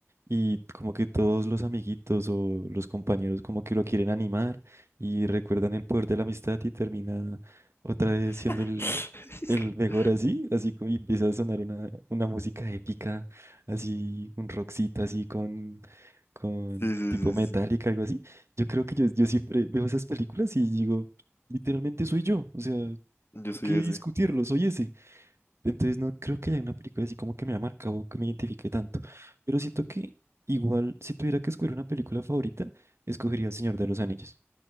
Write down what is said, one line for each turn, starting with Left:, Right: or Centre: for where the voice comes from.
Right: Y como que todos los amiguitos o los compañeros como que lo quieren animar y recuerdan el poder de la amistad y termina otra vez siendo
Left: <laughs>
Right: el,
Left: Sí,
Right: el mejor así, así como y empieza a sonar una, una música épica, así un rockcito así con, con
Left: sí, sí,
Right: tipo
Left: sí.
Right: metálica,
Left: sí.
Right: algo así. Yo creo que yo, yo siempre veo esas películas y digo, literalmente soy yo, o sea, hay
Left: Yo soy
Right: que discutirlo,
Left: ese.
Right: soy ese. Entonces no creo que haya una película así como que me haya marcado, que me identifique tanto. Pero siento que igual si tuviera que escoger una película favorita, escogería El Señor de los Anillos.